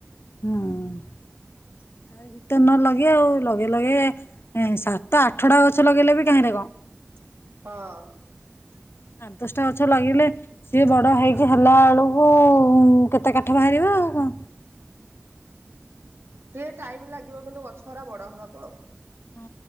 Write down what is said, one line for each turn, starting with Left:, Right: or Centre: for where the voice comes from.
Left: ହୁଁ ତା ଭି। ତେ ନ ଲଗେ ଆଉ ଲଗେ ଲଗେ। ସାତଆଠଟା ଗଛ ଲଗେଇଲେ ବି କାହିଁରେ କଣ।
Right: ହଁ।
Left: ଆଠ ଦଶଟା ଗଛ ଲାଗିଲେ ସିଏ ବଡ ହେଇକି ହେଲା ବେଳକୁ କେତେ କାଠ ବାହାରିବା ଆଉ କଣ।
Right: ଟିକେ ଟାଇମ ଲାଗିବ କିନ୍ତୁ ଗଛରା ବଡ ହବାକୁ ଆଉ।
Left: ହଁ